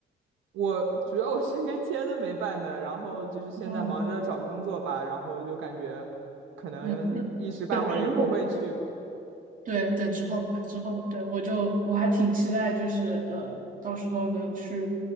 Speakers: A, on the right; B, on the right.
A: 我主要我申根签都没办呢，然后就是现在忙着找工作吧，
B: <laughs> 嗯
A: 然后就感觉可能一时半会儿也不会去吧。
B: 嗯，<laughs> 对，然后。对，等之后吧，之后吧。对，我就我还挺期待，就是呃，到时候能去